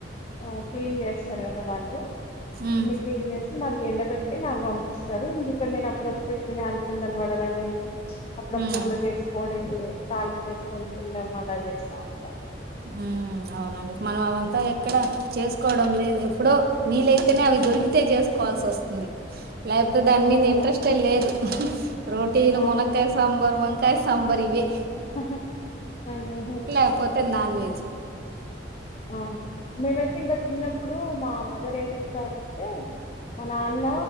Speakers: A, on the left (about 35°); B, on the right (about 60°).
A: ఆ క్లీన్ చేస్తారు కదా వాళ్ళు
B: ఉమ్
A: అన్ని క్లీన్ చేసి మళ్ళీ ఎండబెట్టి నాకు పంపిస్తారు ఇంగ ఇక్కడ నేను అప్పుడప్పుడు ఇట్లనే అలచందలు వడాలని అప్పుడప్పుడు
B: ఉమ్
A: ఉడకేసుకొని తాలింపు వేసుకొని తినం అలా చేస్తాము
B: మ్మ్ అవునండి మనం అవంత ఏ ఎక్కడ చేసుకోవడం డం లేదు ఎప్పుడో వీలైతేనే అవి దొరికితే చేసుకోవాల్సి వస్తుంది లేకపోతే దాని
A: ఓ
B: మీద ఇంట్రెస్టే
A: ఓకే
B: లేదు రోటీని
A: ఓ
B: మునక్కయ సాంబార్ వంకా కా సంబార్ ఇవే
A: <unintelligible>
B: లేకపోతే నాన్ వెజ్
A: అ మేమైతే ఇంకా చిన్నప్పుడు మా మదర్ ఏం చేసేవాల్లంటే మా నాన్న